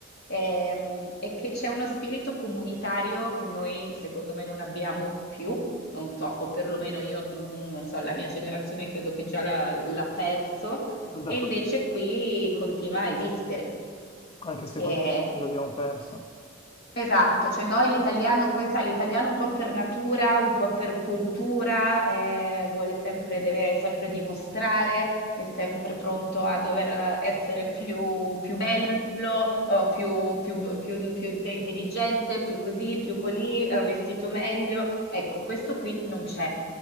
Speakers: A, on the left; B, on the left.
A: ehm, è che c'è uno spirito comunitario che noi, secondo me, non abbiamo più, non so, o perlomeno io, mm, non so, la mia generazione credo che già l'ha l'ha perso,
B: Sono
A: e
B: d'accordo,
A: invece qui continua a esistere.
B: anche secondo
A: Eh,
B: me l'abbiamo perso.
A: Esatto, cioè noi l'italiano, poi sai, l'italiano un po' per natura, un po' per cultura, eh, vuole sempre, deve sempre dimostrare, è sempre pronto a dover essere più, più bello, eh, più, più, più- più inte- intelligente, più così, più colì, eh, vestito meglio. Ecco, questo qui non c'è,